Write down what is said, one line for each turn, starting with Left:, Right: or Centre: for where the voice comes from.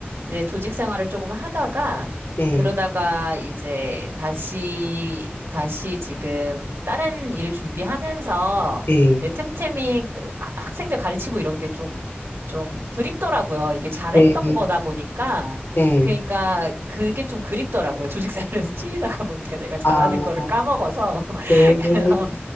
Right: 이제 조직 생활을 조금 하다가
Left: 네,
Right: 그러다가 이제 다시 다시 지금 다른 일 준비하면서
Left: 네,
Right: 이제 틈틈이 그 아- 학생들 가르치고 이런 게 좀 좀 그립더라고요. 이게 잘했던
Left: 네,
Right: 거다 보니까
Left: 네.
Right: 그러니까 그게 좀 그립더라고요. 조직 생활에서 <laughs> 치이다가 보니까 내가 잘하는
Left: 아,
Right: 거를 까먹어서
Left: 네.
Right: <laughs> 그래서